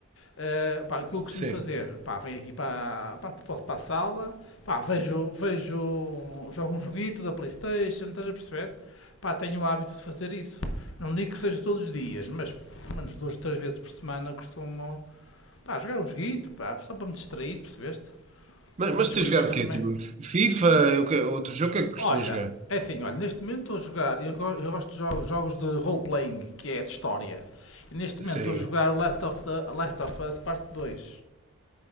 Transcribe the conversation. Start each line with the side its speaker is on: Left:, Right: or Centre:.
Left: Uh, pá, o que eu costumo
Right: Sim,
Left: fazer? Pá, venho aqui para, pá, posso para a sala, pá, vejo, vejo, jogo um joguito da Playstation, estás a perceber? Pá, tenho o hábito de fazer isso. Não digo que seja todos os dias, mas menos duas ou três vezes por semana costumo pá, jogar um joguito, pá, só para me distrair, percebeste?
Right: Mas,
Left: É uma
Right: mas
Left: das
Right: tens
Left: coisas
Right: jogado
Left: que
Right: o
Left: eu
Right: quê?
Left: também.
Right: Tipo, FIFA? é o quê? Outro jogo que é que costumas
Left: Olha,
Right: jogar?
Left: é assim, olha, neste momento estou a jogar, eu, go- eu gosto de jogos, jogos de role-playing, que é de história. E neste
Right: sim.
Left: momento estou a jogar o Last of, the, Last of Us Parte dois